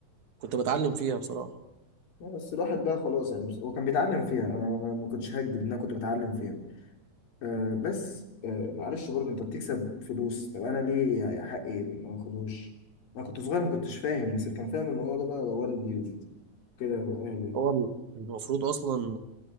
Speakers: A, on the right; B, on the left.
A: كنت بتعلم فيها بصراحه
B: لا، بس الواحد بقى خلاص يعني بس- هو كان بيتعلم فيها انا ما ما كنتش هكدب ان انا كنت بتعلم فيها أه بس أه معلش برضه انت بتكسب فلوس طب انا ليه يا حقي ما اخدوش انا كنت صغير ما كنتش فاهم بس اللي كان فاهم الموضوع ده بقى والدي وكده واهلي
A: هو المفروض اصلا